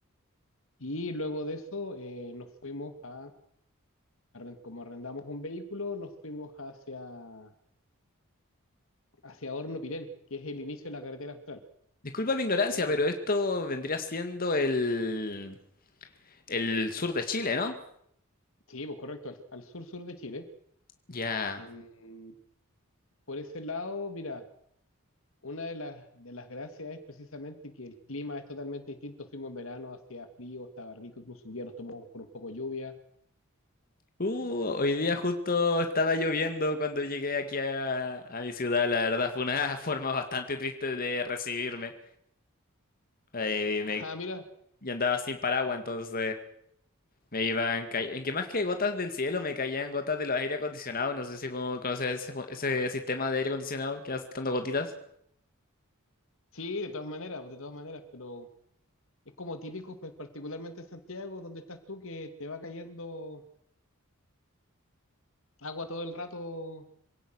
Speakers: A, on the left (about 65°); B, on the left (about 40°).
A: Y luego de eso eh, nos fuimos a arren- como arrendamos un vehículo, nos fuimos hacia, hacia Horno Pirén, que es el inicio de la carretera austral.
B: Disculpa mi ignorancia,
A: Ahí,
B: pero
A: a-
B: esto vendría siendo el, el sur de Chile, ¿no?
A: sí, pues correcto, al, al sur-sur de Chile.
B: Ya.
A: En- por ese lado, mira, una de las, de las gracias es precisamente que el clima es totalmente distinto. Fuimos en verano, hacía frío, estaba rico, incluso un día nos tomamos con un poco de lluvia.
B: Uh,
A: Eh,
B: hoy día justo estaba lloviendo cuando llegué aquí a, a mi ciudad. La verdad fue una <laughs> forma bastante triste de recibirme. Eh, y me,
A: <laughs> ah, mira,
B: y andaba sin paraguas, entonces me iban... ca- En que más que gotas del cielo, me caían gotas de los aire acondicionados. No sé si cono- conoces ese, fu- ese sistema de aire acondicionado que va saltando gotitas.
A: sí, de todas maneras, pues, de todas maneras, pero es como típico, pues particularmente en Santiago, donde estás tú, que te va cayendo agua todo el rato